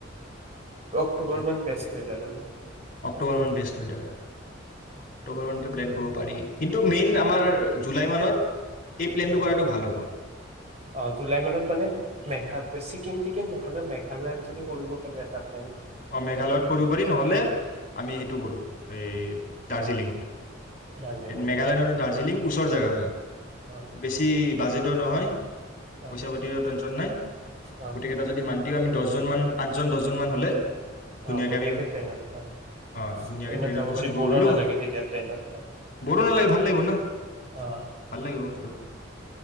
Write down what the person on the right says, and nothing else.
অক্টোবৰ
মান বেষ্ট - দাদ <unintelligible>
অ
অ জুলাই মানত মানে মেঘা- ছিকিম থিকিম নহলে মেঘালয়ত যদি কৰিব পাৰো এটা -
দাৰ্জিলিঙত
অ
অ
অ
অ বঢ়িয়াকে
ট্ৰেইনতা
ট্ৰেইনত
যাব
পাৰি বৰো
নালাগে তেতিয়া ট্ৰেইনত
অ